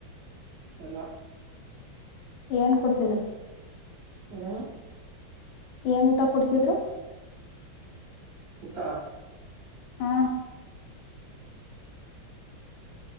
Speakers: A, on the right; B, on the left.
A: ಎಲ್ಲಾ.
B: ಏನ್ ಕುಡ್ತಿದರು.
A: ಹ.
B: ಏನ್ ಊಟ ಕೊಡ್ತಿದ್ರು.
A: ಹತ್ತಾ.
B: ಹಾ